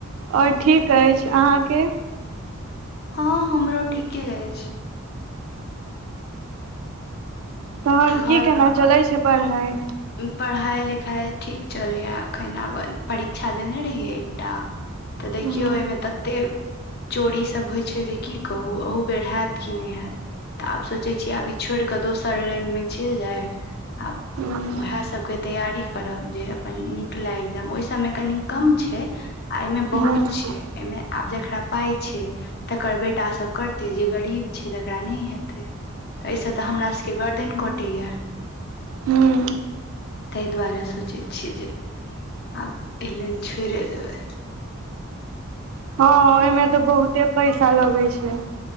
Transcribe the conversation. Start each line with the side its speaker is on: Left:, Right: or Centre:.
Right: आओर ठीक अछि अहाँके
Left: हँ हमरो ठीके अछि
Right: तहन
Left: घर
Right: की केना चलै छै पढ़ाई
Left: पढ़ाइ लिखाइ ठीक चलैए एखन आब परीक्षा देने रहियै एकटा तऽ देखियौ
Right: हुँ
Left: एहिमे ततेक चोरीसभ होइ छै जे की कहू अहू बेर हैत कि नहि हैत तऽ आब सोचै छियै आब ई छोड़ि कऽ दोसर लाइनमे चलि जाय आब
Right: हुँ हुँ
Left: उएह सभके तैयारी करब जे अपन निकलय एग्जाम ओहिसभमे कनी कम छै एहिमे
Right: हुँ
Left: बहुत छै एहिमे आब जेकरा पाय छै तकर बेटा सब करतै जे गरीब छै तकरा नहि हेतै तऽ एहिसँ तऽ हमरा सभके गर्दन कटैया
Right: हू
Left: तए दुआरे सोचै छिय जे आब एल्ल छोड़ि देबै
Right: हँ ओहिमे तऽ बहुते पैसा लगै छैय